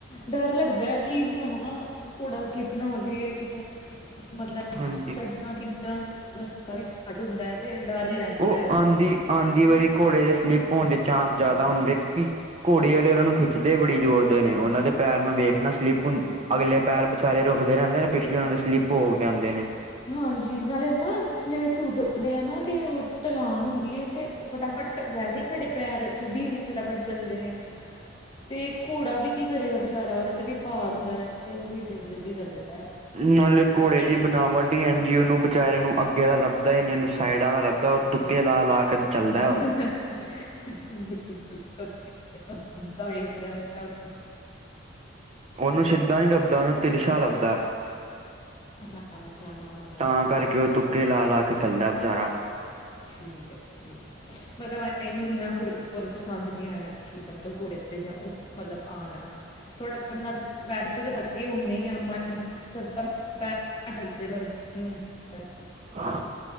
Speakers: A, on the left; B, on the right.
A: ਡਰ ਲੱਗਦਾ ਹੈ ਕਿ ਸਾਨੂੰ ਨਾ ਘੋੜਾ ਸਲਿਪ ਨਾ ਹੋਜੇ ਕੁਛ ਮਤਲਬ
B: ਹਾਂਜੀ
A: ਸਾਈਡਾਂ ਤੋਂ ਇੱਦਾਂ ਰਸਤਾ ਵੀ ਘੱਟ ਹੁੰਦਾ ਹੈ ਤੇ ਡਰ ਹੀ ਰਹਿੰਦਾ
B: ਉਹ
A: ਹੈ ਉਹਦਾ।
B: ਆਉਂਦੀ ਆਉਂਦੀ ਵਾਰੀ ਘੋੜੇ ਦੇ ਸਲਿੱਪ ਹੋਣ ਦੇ ਚਾਂਸ ਜ਼ਿਆਦਾ ਹੁੰਦੇ ਕਿਉਂਕਿ ਘੋੜੇ ਵਾਲੇ ਉਹਨਾਂ ਨੂੰ ਖਿੱਚਦੇ ਬੜੀ ਜ਼ੋਰਦੇ ਨੇ। ਉਹਨਾਂ ਦੇ ਪੈਰ ਮੈਂ ਵੇਖਣਾ ਸਲਿੱਪ ਹੁੰ ਅਗਲੇ ਪੈਰ ਵਿਚਾਲੇ ਰੁਕਦੇ ਰਹਿੰਦੇ ਨੇ। ਪਿਛਲੇ ਉਹਨਾਂ ਦੇ ਸਲਿੱਪ ਹੋ ਕੇ ਆਉਂਦੇ ਨੇ।
A: ਹਾਂਜੀ ਨਾਲੇ ਨਾ ਜਿਸ ਅਸੀਂ ਉਤਰਦੇ ਹਾਂ ਨਾ ਤੇ ਉਹ ਢਲਾਨ ਹੁੰਦੀ ਹੈ ਤੇ ਫਟਾਫਟ ਵੈਸੇ ਹੀ ਸਾਡੇ ਪੈਰ ਖੁਦ ਹੀ ਇੰਨੀ ਫਟਾਫਟ ਚੱਲਦੇ ਨੇ। ਤੇ ਘੋੜਾ ਵੀ ਕੀ ਕਰੇਗਾ ਵਿਚਾਰਾ ਉਹਦੇ ਤੇ ਵੀ ਭਾਰ ਹੁੰਦਾ ਹੈ ਤੇ ਉਹ ਵੀ ਜਲਦੀ-ਜਲਦੀ ਚੱਲਦਾ। ਹੈ
B: ਨਾਲੇ ਘੋੜੇ
A: ਫਿਰ
B: ਦੀ ਬਣਾਵਟ ਇੰਝ ਈ ਉਹਨੂੰ ਵਿਚਾਰੇ ਨੂੰ ਅੱਗੇ ਦਾ ਲੱਭਦਾ ਹੀ ਨਹੀਂ ਉਹਨੂੰ ਸਾਈਡਾਂ ਦਾ ਲੱਭਦਾ ਉਹ ਤੁੁੱਕੇ ਲਾ ਲਾ ਕੇ ਚੱਲਦਾ
A: ਬਿਲਕੁਲ
B: ਉਹ
A: <inaudible>
B: ਉਹਨੂੰ ਸਿੱਧਾ ਨਹੀਂ ਲੱਭਦਾ ਉਹਨੂੰ ਤਿਲਸ਼ਾ ਲੱਭਦਾ।
A: ਅੱਛਾ ਅੱਛਾ ਹਾਂ ਹਾਂ,
B: ਤਾਂ
A: ਹਾਂ
B: ਕਰਕੇ ਉਹ ਤੁਕੇ ਲਾ ਲਾ ਕੇ ਚੱਲਦਾ ਐ ਵਿਚਾਰਾ।
A: ਠੀਕ ਹੈ ਠੀਕ। ਪਤਾ ਮੈਨੂੰ ਨਾ ਫਿਰ ਪਸੰਦ ਨਹੀਂ ਆਇਆ ਕਿ ਮਤਲਬ ਘੋੜੇ ਤੇ ਜਾਂ ਮਤਲਬ ਆਉਣਾ ਥੋੜਾ ਬੰਦਾ ਵੈਸੇ ਤਾਂ ਥਕੇ ਹੁੰਦੇ ਈ ਆ <inaudible> <inaudible>
B: ਹ